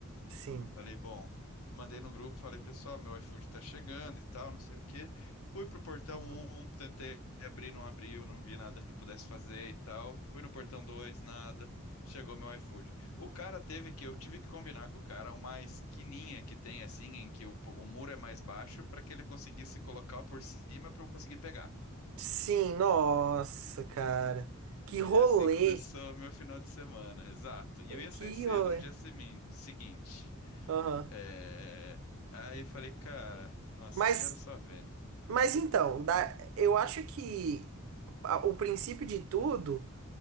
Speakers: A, on the right (about 65°); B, on the left (about 75°).
A: Sim.
B: Falei, bom, mandei no grupo, falei, pessoal, meu iFood tá chegando e tal, não sei o quê. Fui pro portão
A: Aham.
B: um, tentei abrir, não abriu, não vi nada que pudesse fazer e tal. Fui no portão 2, nada. Chegou meu iFood. O cara teve que, eu tive que combinar com o cara uma esquininha que tem assim, em que o, o muro é mais baixo, para que ele conseguisse colocar por cima para eu conseguir pegar.
A: Sim, nossa, cara.
B: E
A: Que rolê.
B: assim começou meu final de semana, exato. E eu ia
A: Que
B: sair cedo
A: rolê.
B: no dia semin- seguinte.
A: Aham.
B: É, Aí eu falei, cara, nossa,
A: Mas,
B: quero só ver, né?
A: mas então, da, eu acho que a- o princípio de tudo,